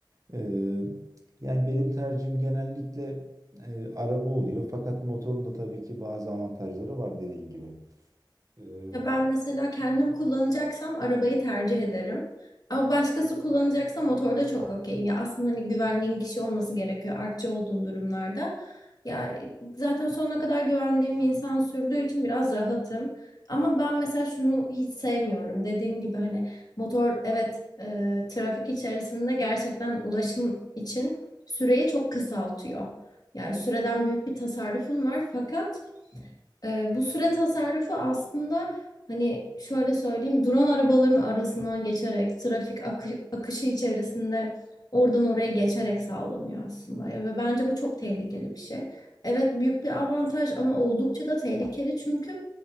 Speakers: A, on the right (about 45°); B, on the left (about 55°).
A: E, Yani benim tercihim genellikle e, araba oluyor. Fakat motorun da tabii ki bazı avantajları var dediğin gibi. E,
B: Ya ben mesela kendim kullanacaksam arabayı tercih ederim. Ama başkası kullanacaksa motorda çok okeyim. Ya aslında hani güvendiğin kişi olması gerekiyor artçı olduğun durumlarda. Ya zaten sonuna kadar güvendiğim insan sürdüğü için biraz rahatım. Ama ben mesela şunu hiç sevmiyorum. Dediğin gibi hani motor evet e, trafik içerisinde gerçekten ulaşım için süreyi çok kısaltıyor. Yani süreden büyük bir tasarrufun var fakat ee, bu süre tasarrufu aslında hani şöyle söyleyeyim drone arabaların arasından geçerek trafik akı- akışı içerisinde oradan oraya geçerek sağlanıyor aslında ya ve bence bu çok tehlikeli bir şey. Evet büyük bir avantaj ama oldukça da tehlikeli çünkü